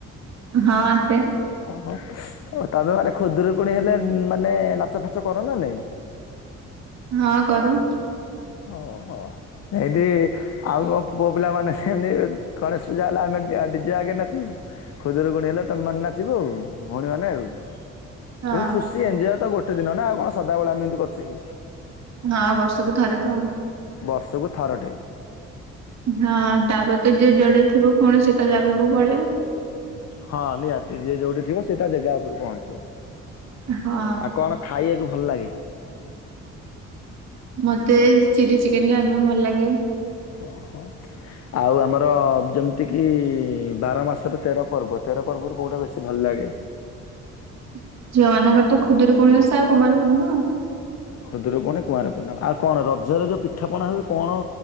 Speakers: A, on the right; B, on the left.
A: ହଁ ଆସେ
B: ଓହୋ ଓ ତମେ ମାନେ ଖୁଦୁରୁକୁଣି ହେଲେ ମାନେ ନାଚ ଫାଚ କର ନା ନାଇଁ?
A: ହଁ କରୁ।
B: ଓହୋ। ଏଇଠି ଆଉ ଆମ ପୁଅ ପିଲାମାନେ ସେମିତି ଗଣେଶ ପୂଜା ହେଲେ ଆମେ ଡ୍ୟା ଡିଜେ ଆଗେ ନାଚିବୁ। ଖୁଦୁରୁକୁଣୀ ହେଲେ ତମେ ମାନେ ନାଚିବ ଆଉ, ଭଉଣୀ ମାନେ ଆଉ।
A: ହଁ
B: ଗୋଟେ ଖୁସି ଏଞ୍ଜୟ ତ ଗୋଟେ ଦିନ ନା ଆଉ ସଦାବେଳେେ ଏମିତି କରୁଚେ କି।
A: ହଁ ବର୍ଷକୁ ଥରେ ତ।
B: ବର୍ଷକୁ ଥରଟେ।
A: ହଁ ତାପରେ ତ ଯେ ଯୁଆଡେ ଥିବ ଫୁଣି ସେ ତା ଜାଗାକୁ ପଳେଇବ।
B: ହଁ ନିହାତି ଯିଏ ଯୋଉଠି ଥିବ ସେ ତା ଜେଗା ଉପରୁ ପହଞ୍ଚିବ।
A: ହଁ
B: ଆଉ କଣ ଖାଇବାକୁ ଭଲ ଲାଗେ?
A: ମତେ ଚିଲି ଚିକେନ ଖାଇବା ପାଇଁ ଭଲ ଲାଗେ।
B: ଓ ହୋ। ଆଉ ଆମର ଯେମିତି କିି ବାର ମାସରେ ତେର ପର୍ବ ଥା ତେର ପର୍ବରୁ କୋଉଟା ବେଶୀ ଭଲ ଲାଗେ?
A: <inaudible> ଝିଅ ମାନଙ୍କର ତ ଖୁଦୁରୁକୁଣୀ ଓଷା ଆଉ କୁମାର ପୁର୍ଣିମା ଆଉ।
B: ଖୁଦୁରୁକୁଣି, କୁଆଁର ପୁର୍ଣିମା ଆଉ କଣ ରଜରେ ଯୋଉ ପିଠାପଣା ହୁଏ କଣ